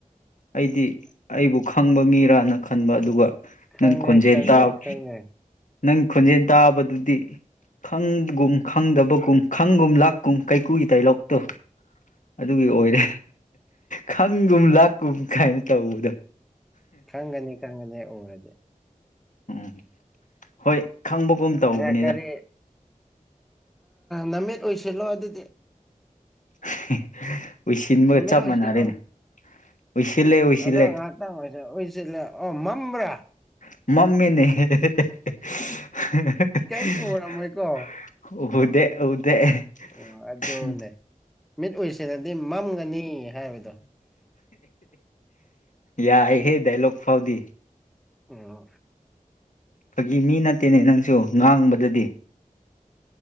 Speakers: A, on the left (about 65°); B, in the centre.
A: ꯑꯩꯗꯤ ꯑꯩꯕꯨ ꯈꯪꯕ ꯃꯤꯔꯅ ꯈꯟꯕ ꯑꯗꯨꯒ
B: ꯈꯪꯉꯦ
A: ꯅꯪ ꯈꯣꯟꯖꯦꯜ
B: ꯈꯪꯉꯦ
A: ꯇꯥꯕ
B: ꯈꯪꯉꯦ
A: ꯅꯪ ꯈꯣꯟꯖꯦꯜ ꯇꯥꯕꯗꯨꯗꯤ ꯈꯪꯕꯒꯨꯝ ꯈꯪꯗꯕꯒꯨꯝ ꯈꯪꯒꯨꯝ ꯂꯥꯛꯀꯨꯝ ꯀꯩꯀꯨꯒꯤ ꯗꯥꯏꯂꯣꯛꯇꯣ ꯑꯗꯨꯒꯤ ꯑꯣꯏꯔꯦ ꯈꯪꯒꯨꯝ ꯂꯥꯛꯀꯨꯝ ꯀꯥꯏꯅ ꯇꯧꯕꯗꯣ
B: ꯈꯪꯒꯅꯤ ꯈꯪꯒꯅꯤ ꯑꯣꯏꯔꯗꯤ
A: ꯎꯝ ꯍꯣꯏ ꯈꯪꯕꯒꯨꯝ ꯇꯧꯕꯅꯤꯗ
B: ꯑꯦ ꯀꯔꯤ ꯅꯃꯤꯠ ꯑꯣꯏꯁꯤꯜꯂꯣ ꯑꯗꯨꯗꯤ
A: <inaudible> ꯎꯏꯁꯤꯟꯕꯒ
B: ꯅꯃꯤꯠ
A: ꯆꯞ
B: ꯎꯏꯁꯤꯜꯂꯣ
A: ꯃꯥꯟꯅꯔꯦꯅꯦ ꯎꯏꯁꯤꯜꯂꯦ ꯎꯏꯁꯤꯜꯂꯦ
B: ꯑꯗꯣ ꯉꯥꯏꯍꯥꯛꯇꯪ ꯑꯣꯏꯁꯨ ꯎꯏꯁꯤꯜꯂꯦ ꯑꯣ ꯃꯝ꯭ꯔꯥ
A: ꯃꯝꯃꯤꯅꯤ ꯍꯗꯦ
B: ꯀꯩꯝ ꯎꯔꯝꯃꯣꯏꯀꯣ
A: ꯍꯗꯦ
B: ꯑꯣ ꯑꯗꯨꯅꯦ ꯃꯤꯠ ꯎꯁꯤꯂꯗꯤ ꯃꯝꯒꯅꯤ ꯍꯥꯏꯕꯗꯣ
A: ꯌꯥꯏꯍꯦ ꯗꯥꯏꯂꯣꯛ ꯐꯥꯎꯗꯤ
B: ꯑꯣ
A: ꯐꯥꯒꯤ ꯃꯤ ꯅꯠꯇꯦꯅꯦ ꯅꯪꯁꯨ ꯉꯥꯡꯕꯗꯗꯤ